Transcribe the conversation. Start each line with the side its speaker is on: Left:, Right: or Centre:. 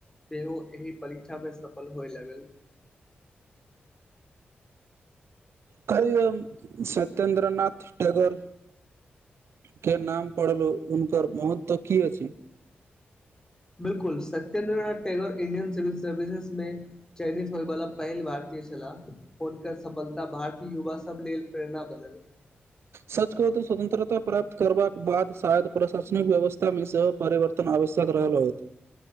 Left: सेहो एहि परीक्षा मे सफल होय लगल
Right: <unintelligible> सत्येन्द्रनाथ टेगोर के नाम पढ़लहु हुनकर महत्व की अछि
Left: बिल्कुल Satyendranath Tagore Indian civil services मे चयनित होइ बला पहिल भारतीय छला हुनकर सफलता भारतीय युवा सब लेल प्रेरणा बनल
Right: सचकहु तऽ स्वतंत्रता प्राप्त करबाक बाद शायद प्रशासनिक व्यवस्थामे सब परिवर्तन आवश्यक रहल होयत